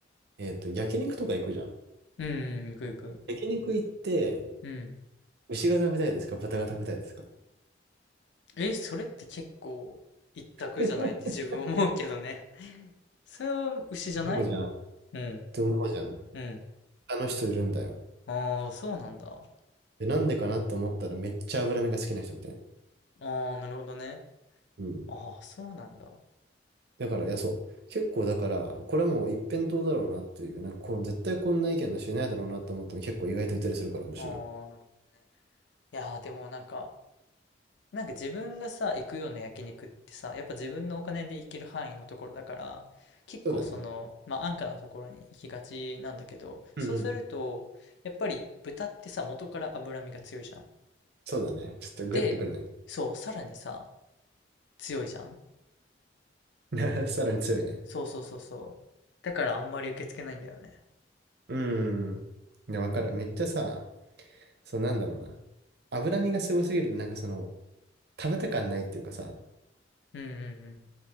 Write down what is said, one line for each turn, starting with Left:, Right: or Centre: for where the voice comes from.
Right: えーっと、焼肉とか行くじゃん。
Left: うん、うん、いくいく。
Right: 焼肉行って、
Left: うん。
Right: 牛が食べたいですか豚が食べたいですか
Left: え、それって結構一択じゃないって自分思うけどね。
Right: <laughs>
Left: <laughs> それは牛じゃない
Right: 思うじゃん。っ
Left: うん、
Right: て思うじゃん。
Left: うん。
Right: あの人いるんだよ。
Left: ああ、そうなんだ。
Right: で、なんでかなと思ったらめっちゃ脂身が好きな人みたいな。
Left: ああ、なるほどね。
Right: うん。
Left: ああ、そうなんだ。
Right: だから、いや、そう。結構だから、これはもう一辺倒だろうなっていう、なんかこう、絶対こんな意見の人いないだろうなと思っても結構意外といたりするから面白い。
Left: ああ、なるほどね。いやー、でもなんか、なんか自分がさ、行くような焼肉ってさ、やっぱ自分のお金で行ける範囲のところだから、結構その、
Right: そうだね。
Left: まあ安価なところに行きがちなんだけど、そうすると、
Right: うんうん。
Left: やっぱり豚ってさ、元から脂身が強いじゃん。
Right: そうだね。ちょっとグッてくるね。
Left: で、そう、さらにさ、強いじゃん。
Right: <laughs> さらに強いね。
Left: そうそうそうそう。だからあんまり受け付けないんだよね。
Right: うん。いや、わかる。めっちゃさ、そうなんだろうな。脂身がすごすぎるとなんかその、食べた感ないっていうかさ、
Left: うんうんうん。